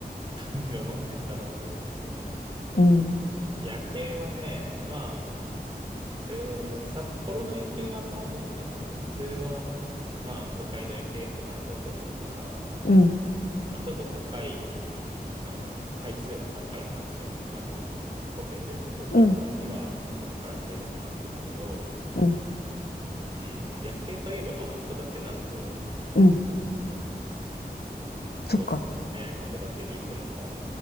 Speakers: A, on the right (about 30°); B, on the left (about 75°).
A: <laughs> 色持ってった方がいいかもね。
B: うん。
A: 夜景はね、まあ、えーん札幌の夜景はまあどうかな。普通の、まあ都会の夜景って感じだと思うから、
B: うん。
A: まあちょっと高い、あの、階数が高いマンション、マンションじゃないや、ホテル取った場合にはそこから見えるかなと思うけど、
B: うん。うん。
A: うん、夜景といえばまあ函館なんで、
B: うん。そっか。
A: どうするかだね。函館に行くのか、